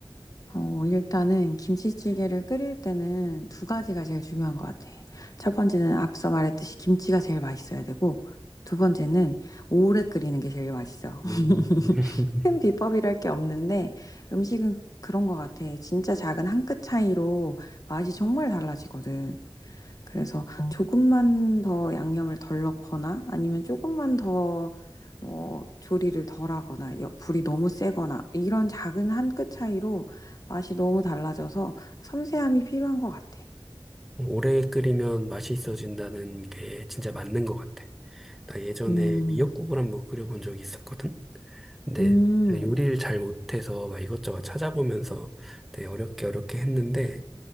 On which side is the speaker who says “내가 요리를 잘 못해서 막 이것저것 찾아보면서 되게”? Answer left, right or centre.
Centre